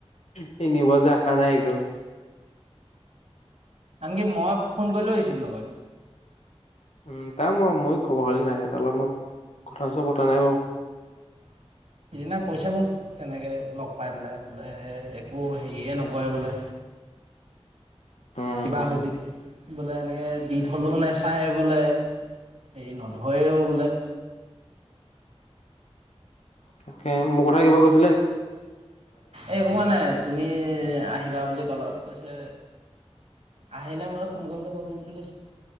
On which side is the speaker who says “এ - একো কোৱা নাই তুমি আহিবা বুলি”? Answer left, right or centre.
Right